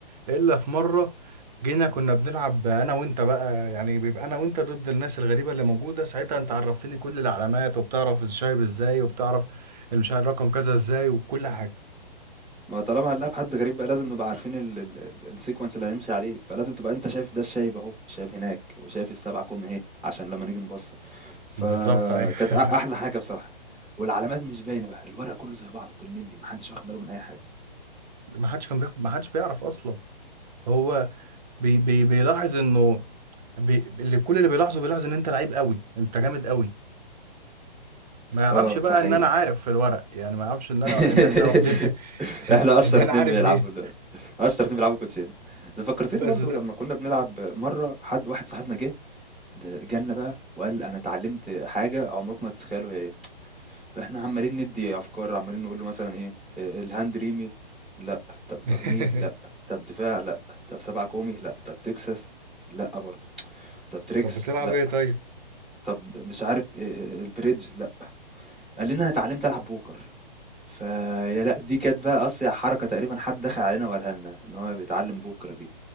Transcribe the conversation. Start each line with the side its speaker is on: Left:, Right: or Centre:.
Right: الا في مره جينا كنا بنلعب انا وانت بقى يعني بيبقى انا وانت ضد الناس الغريبه اللي موجوده ساعتها انت عرفتني كل العلامات وبتعرف الشايب ازاي وبتعرف مش عارف رقم كذا ازاي وكل حاجه
Centre: ما طالما هنلاعب حد غريب بقى لازم نبقى عارفين ال- ال- ال- السيكونس اللي هنمشي عليه فلازم تبقى انت شايف ده الشايب اهو الشايب هناك وشايف السبعة كوم اهي عشان لما نيجي نبصر فكانت
Right: بالظبط ايوه <laughs>
Centre: أ- احلى حاجة بصراحة والعلامات مش باينة بقى الورق كله زي بعضه بالملي محدش واخد باله من اي حاجة
Right: ما حدش كان بياخد ما حدش بيعرف اصلا هو بي بي بيلاحظ انه بي اللي كل اللي بيلاحظه بيلاحظ ان انت لعيب قوي انت جامد قوي ما يعرفش
Centre: اه
Right: بقى
Centre: ده حقيقي
Right: ان انا عارف في الورق يعني ما يعرفش ان انا
Centre: <laughs>
Right: ان احنا واخدين <laughs>
Centre: احنا اشطر
Right: ان انا
Centre: اتنين
Right: عارف
Centre: بيلعبوا
Right: دي
Centre: ال- <laughs> اشطر اتنين بيلعبوا كوتشينة ده فكرتني
Right: بس
Centre: برضو
Right: ده
Centre: لما كنا بنلعب مرة حد واحد صاحبنا جه ده جالنا بقى وقال انا اتعلمت حاجة عمركم ما تتخيلوا هي فاحنا عمالين ندي افكار عمالين نقول له مثلا ايه آه، الهاند ريمي لا طب
Right: <laughs>
Centre: ترنيب لا طب دفاع لا طب سبعة كومي لا طب تكساس لا برضه طب تريكس
Right: طب بتلعب
Centre: لا
Right: ايه طيب
Centre: طب مش عارف آه، آه، آه، البريدج لا قال لنا انا اتعلمت العب بوكر فيا لا دي كانت بقى اصيع حركة تقريبا حد دخل علينا وقالها لنا ان هو بيتعلم بوكر دي